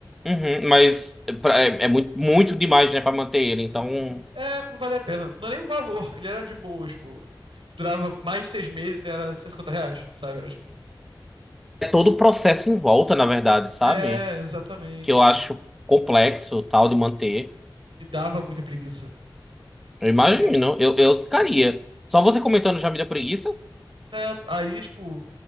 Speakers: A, in the centre; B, on the right.
A: uhum. Mas pra- é, é muito, muito demais, né, pra manter ele. Então,
B: É, não vale a pena, não é nem o valor, ele era de boa, tipo, durava mais de seis meses, era 150 reais, sabe? Era, tipo,
A: é todo o processo em volta, na verdade, sabe?
B: é, exatamente,
A: Que eu acho
B: me
A: complexo, tal, de manter.
B: dava muita preguiça.
A: Eu imagino.
B: E,
A: Eu, eu ficaria. Só você comentando já me deu preguiça?
B: né, aí, tipo,